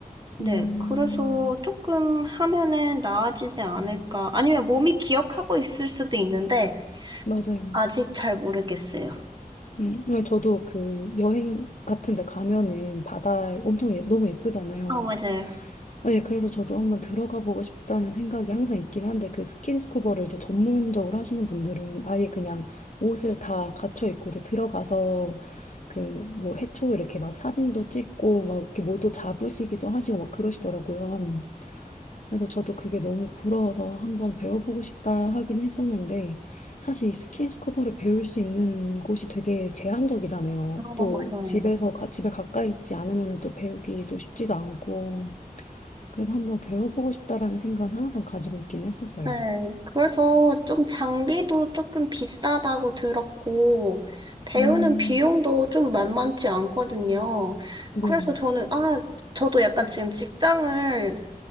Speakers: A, on the right; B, on the left.
A: 네,
B: 음,
A: 그래서 조금 하면은 나아지지 않을까. 아니면 몸이 기억하고 있을 수도 있는데,
B: 맞아요.
A: 아직 잘 모르겠어요.
B: 음, 어, 저도 그 여행 같은 데 가면은 바다 엄청 예, 너무 예쁘잖아요.
A: 아, 맞아요.
B: 아, 예, 그래서 저도 한번 들어가 보고 싶다는 생각이 항상 있긴 한데 그 스킨스쿠버를 이제 전문적으로 하시는 분들은 아예 그냥 옷을 다 갖춰 입고 이제 들어가서 그 뭐 해초 이렇게 막 사진도 찍고 막 이렇게 모도 잡으시기도 하시고 막 그러시더라고요. 그래서 저도 그게 너무 부러워서 한번 배워보고 싶다 하긴 했었는데, 사실 이 스킨스쿠버를 배울 수 있는 곳이 되게 제한적이잖아요.
A: 아,
B: 또
A: 맞아요.
B: 집에서, 가- 집에 가까이 있지 않으면 또 배우기도 쉽지도 않고, 그래서 한번 배워보고 싶다라는 생각은 항상 가지고 있긴 했었어요.
A: 네, 그래서 좀 장비도 조금 비싸다고 들었고, 배우는
B: 음,
A: 비용도 좀 만만치 않거든요.
B: 네.
A: 그래서 저는, 아, 저도 약간 지금 직장을